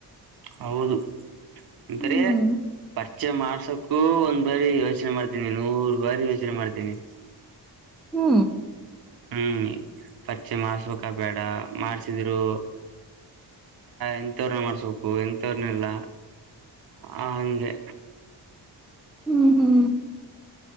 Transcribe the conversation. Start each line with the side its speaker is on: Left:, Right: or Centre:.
Right: ಹೌದು ಅಂತಾರೆ
Centre: ಹ್ಮ್
Right: ಪರಿಚಯ ಮಾಡ್ಸಕ್ಕೂ ಒಂದ್ ಬಾರಿ ಯೋಚನೆ ಮಾಡ್ತೀನಿ ನೂರ್ ಬಾರಿ ಯೋಚನೆ ಮಾಡ್ತೀನಿ
Centre: ಹೂ
Right: ಹೂ ಪರಿಚಯ ಮಾಡಸ್ಬೇಕಾ ಬೇಡ ಮಾಡಸಿದ್ರು ಎಂತವ್ರನ ಮಾಡಸ್ಬೇಕು ಎಂತವ್ರನಿಲ್ಲ ಹಂಗೆ
Centre: ಹೂ ಹೂ